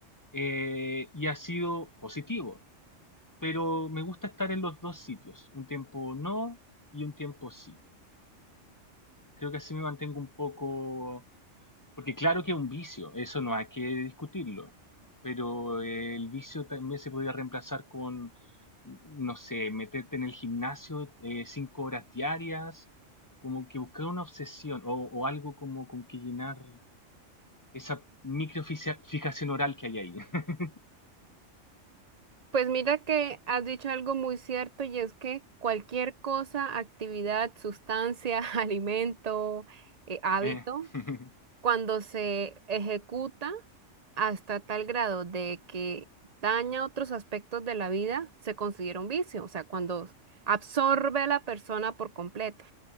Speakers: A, on the left; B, on the right.
A: eh, y ha sido positivo, pero me gusta estar en los dos sitios, un tiempo no y un tiempo sí. Creo que así me mantengo un poco Porque claro que es un vicio, eso no hay que discutirlo, pero eh, el vicio también se podría reemplazar con, no sé, meterte en el gimnasio eh, cinco horas diarias, como que buscar una obsesión o, o algo como con que llenar esa microficia- fijación oral que hay ahí. <laughs>
B: Pues mira que has dicho algo muy cierto y es que cualquier cosa, actividad, sustancia, <laughs> alimento, eh, hábito,
A: Eh, <laughs>
B: cuando se ejecuta hasta tal grado de que daña otros aspectos de la vida, se considera un vicio, o sea, cuando absorbe a la persona por completo.